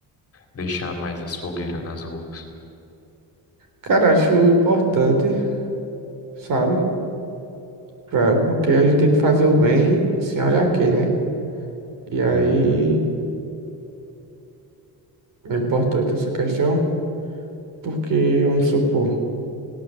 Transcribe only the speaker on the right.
Cara, acho importante, sabe? Pra- porque a gente tem que fazer o bem sem olhar quem, né? E aí
é importante essa questão, porque vamos supor.